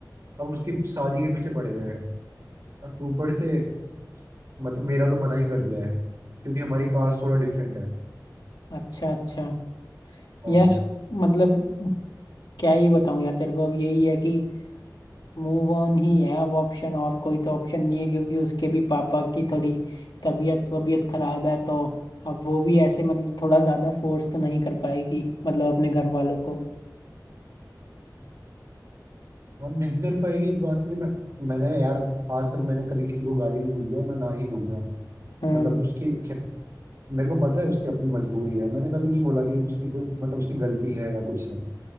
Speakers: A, on the right; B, on the left.
A: अब उसकी शादी के पीछे पड़े हुए हैं और ऊपर से मतलब मेरा तो मना ही कर दिया है क्योंकि हमारी कास्ट थोड़ा डिफरेंट है
B: अच्छा अच्छा
A: हाँ
B: यार मतलब क्या ही बताऊं यार तेरे को अब यही है कि मूव ऑन ही है अब ऑप्शन और कोई तो ऑप्शन नहीं है क्योंकि उसके भी पापा की थोड़ी तबीयत वबीयत खराब है तो अब वो भी ऐसे मतलब थोड़ा ज्यादा फोर्स तो नहीं कर पाएगी मतलब अपने घर वालों को
A: हम नहीं कर पाएगी इस बात के लिए मैं मैंने यार आज तक मैंने कभी किसी को गाली भी नहीं दी और मैं ना ही दूंगा
B: हम्म
A: मतलब उसकी खे- मेरे को पता है उसकी अपनी मजबूरी है मैंने कभी नहीं बोला कि उसकी कोई मतलब उसकी गलती है या कुछ है